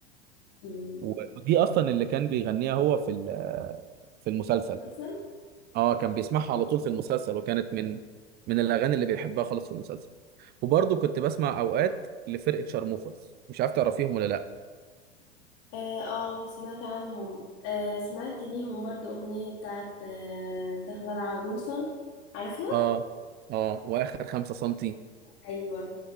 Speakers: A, on the left (about 50°); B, on the right (about 30°).
A: مم.
B: ودي اصلا اللي كان بيغنيها هو في ال- في المسلسل
A: مسلسل
B: اه كان بيسمعها على طول في المسلسل وكانت من من الاغاني اللي بيحبها خالص في المسلسل وبرضو كنت بسمع اوقات لفرقه شارموفرز مش عارف تعرفيهم ولا لا
A: اه آه، سمعت عنهم آه سمعت ليهم برضو اغنيه بتاعة آه دخلة العروسه عارفها
B: اه اه واخر خمسة سنتي
A: ايوه